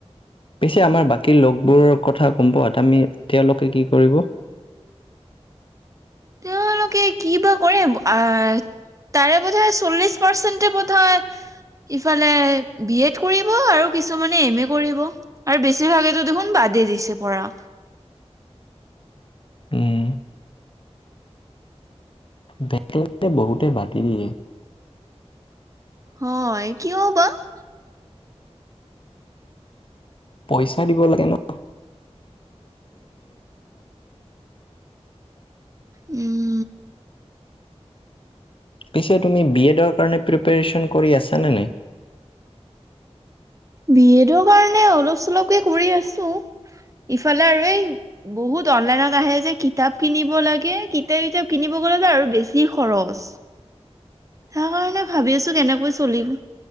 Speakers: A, on the left; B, on the right.
A: পিছে আমাৰ বাকী লগবোৰৰ কথা গম পাৱা আমি তেওঁলোকে কি কৰিব?
B: তেওঁলোকে কি বা কৰে আহ। তাৰে বোধয় চল্লিশ পাৰ্চেন্টে বোধয় ইফালে বি এড কৰিব আৰু কিছুমানে এম এ কৰিব। আৰু বেছিভাগেতো দেখোন বাদেই দিছে পঢ়া।
A: উম বেগেলতে বহুতে বাটতি দিয়ে।
B: হয় কিয় বাৰু?
A: পইচা দিব লাগে ন <inaudible>
B: উম।
A: পিছে তুমি বি এডৰ কাৰণে প্ৰিপেৰেচন কৰি আছানে নাই?
B: বি এডৰ কাৰণে অলপ চলপকে কৰি আছো। ইফালে আৰু এই বহুত অনলাইনত আহে যে কিতাপ কিনিব লাগে। কিতাপ কিনিব গলে যে আৰু বেছি খৰচ। তাৰ কাৰণে ভাবি আছোঁ কেনেকৈ চলিম